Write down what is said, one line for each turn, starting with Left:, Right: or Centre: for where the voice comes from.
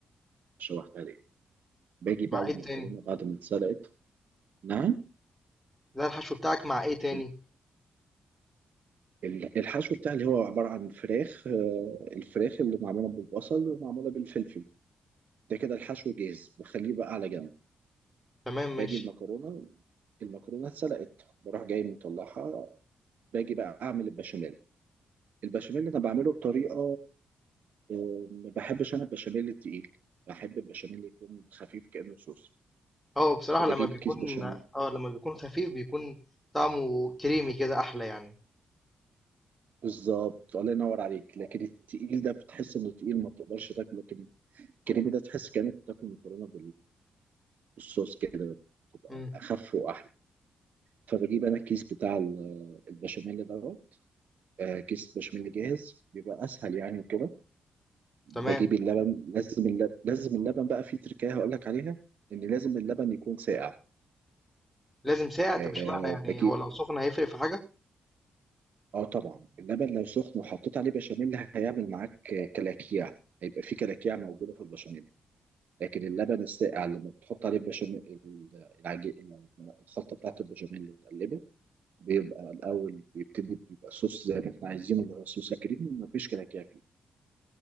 Right: شوحتها دي باجي بقى
Centre: مع
Right: المكرونة
Centre: إيه تاني
Right: بعد ما اتسلقت نعم
Centre: ده الحشو بتاعك مع إيه تاني
Right: ال- ال- الحشو بتاعي اللي هو عبارة عن فراخ آه، الفراخ اللي معمولة بالبصل ومعمولة بالفلفل ده كده الحشو جاهز بخليه بقى على جنب
Centre: تمام
Right: باجي
Centre: ماشي
Right: المكرونة المكرونة اتسلقت بروح جاي مطلعها باجي بقى أعمل البشاميل البشاميل أنا بعمله بطريقة آه، ما بحبش أنا البشاميل التقيل بحب البشاميل يكون خفيف كأنه صوص
Centre: اه بصراحة
Right: فبجيب
Centre: لما بيكون
Right: كيس بشاميل
Centre: اه لما بيكون خفيف بيكون طعمه كريمي كده أحلى يعني
Right: بالظبط الله ينور عليك لكن التقيل ده بتحس انه تقيل ما بتقدرش تاكله لكن الكريمي ده تحس كأنك بتاكل مكرونه والصوص كده تبقى
Centre: مم.
Right: اخف واحلى فبجيب انا الكيس بتاع ال- البشاميل دوت آه، كيس بشاميل جاهز بيبقى اسهل يعني وكده بجيب
Centre: تمام
Right: اللبن لازم اللبن لازم اللبن بقى في تركايه هقول لك عليها ان لازم اللبن يكون ساقع
Centre: لازم ساقع طب
Right: أه
Centre: اشمعنى يعني
Right: بجيب
Centre: هو لو سخن هيفرق في حاجة
Right: اه طبعا اللبن لو سخن وحطيت عليه بشاميل هيعمل معاك آه، كلاكيع هيبقى في كلاكيع موجوده في البشاميل لكن اللبن الساقع لما بتحط عليه البشاميل العجين الخلطه بتاعت البشاميل وتقلبه بيبقى الأول بيبتدي بيبقى صوص زي ما احنا عايزينه اللي هو صوص كريم مفيش كلاكيع فيه